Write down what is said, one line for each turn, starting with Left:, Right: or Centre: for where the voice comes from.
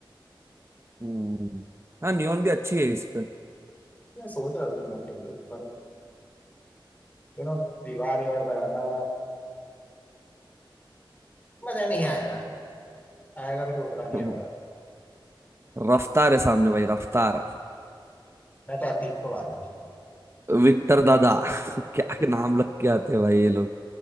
Right: हम्म, हाँ नियॉन भी अच्छी है इस पे <laughs>
Left: मैं सोच रहा था नियॉन के लिए पर यू नो दीवार यार बनाना मजा नहीं आएगा आएगा भी तो उतना नहीं
Right: हम्म,
Left: आएगा
Right: रफ्तार है सामने भाई रफ्तार
Left: मैं तो अतीक को मारूंगा
Right: विक्टर दादा <laughs> क्या के नाम लग के आते हैं भाई ये लोग